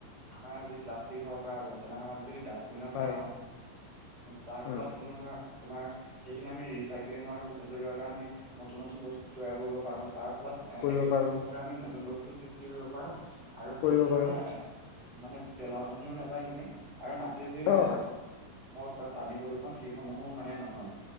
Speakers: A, on the right (about 40°); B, on the left (about 85°).
A: আমাৰ যি প্লাষ্টিক হওঁক বা আৱৰ্জনা হয় আমি যদি ডাষ্টবিনত
B: হয়
A: পেলাও তাৰ ফলত
B: উম
A: কোনো ধৰা তোমাৰ সেইখিনি আমি ৰিচাইকিলিঙৰ জৰিয়তে আমি নতুন নতুন বস্তু তৈয়াৰ কৰিব পাৰো তাৰ ফলত
B: কৰিব
A: একেখিনি
B: পাৰো
A: বস্তুৰে আমি নতুন বস্তু সৃষ্টি কৰিব পাৰোঁ। আৰু
B: কৰিব
A: সেইখিনি
B: পাৰো
A: মানে এ মানে পেলনিও নাযায় ইনে আৰু মাটিৰৰে যি
B: অ
A: গো হওঁক বা পানী প্ৰদূৰ্ষণ সেই সমূহো মানে নহয়।